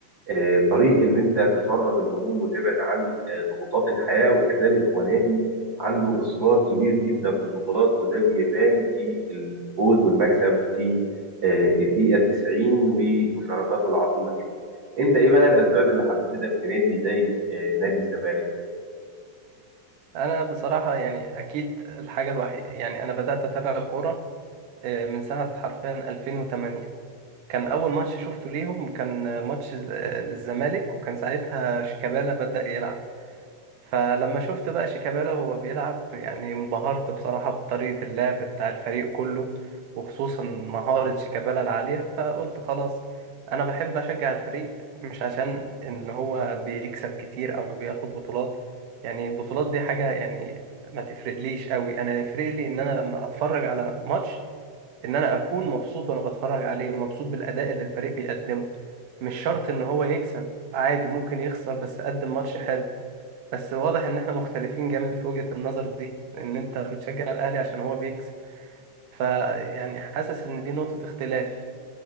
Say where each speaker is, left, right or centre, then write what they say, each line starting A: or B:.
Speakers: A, on the right; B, on the right.
A: آه، طريق ان انت تفرغ الهموم وتبعد عن آه، ضغوطات الحياه وكذلك هو نادي عنده اصرار كبير جدا في البطولات وده بيبان في الفوز والمكسب في آه، الدقيقه 90 ومشاركاته العظيمه جدا. انت ايه بقى الاسباب اللي حببتك في نادي زي آه، نادي الزمالك؟
B: أنا بصراحة يعني أكيد الحاجة الوحيدة يعني أنا بدأت أتابع كورة آه، من سنة حرفيا 2008 كان أول ماتش شفته ليهم كان ماتش للزمالك وكان ساعتها شيكابالا بدأ يلعب فلما شفت بقى شيكابالا وهو بيلعب يعني انبهرت بصراحة بطريقة اللعب بتاع الفريق كله وخصوصا مهارة شيكابالا العالية فقلت خلاص أنا بحب أشجع الفريق مش عشان إن هو بيكسب كتير أو بياخد بطولات يعني البطولات دي حاجة يعني ما تفرقليش قوي أنا يفرق لي إن أنا لما أتفرج على ماتش ان انا اكون مبسوط وانا بتفرج عليه مبسوط بالاداء اللي الفريق بيقدمه مش شرط ان هو يكسب عادي ممكن يخسر بس قدم ماتش حلو بس واضح ان احنا مختلفين جامد في وجهة النظر دي لان انت بتشجع الاهلي عشان هو بيكسب فيعني حاسس ان دي نقطة اختلاف